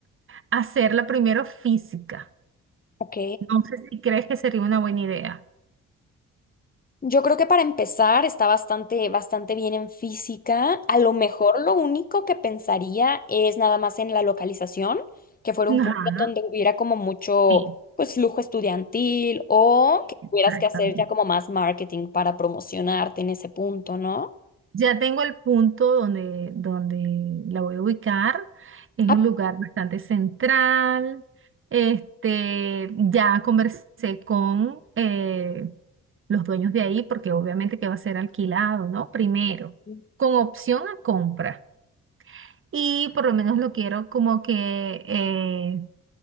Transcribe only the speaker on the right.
hacerla primero física.
No sé si crees que sería una buena idea.
Ajá,
sí,
exactamente.
Ya tengo el punto donde, donde la voy a ubicar. Es
un lugar bastante central. Este, ya conversé con eh, los dueños de ahí, porque obviamente que va a ser alquilado, ¿no? Primero,
con opción a compra. Y por lo menos lo quiero como que eh,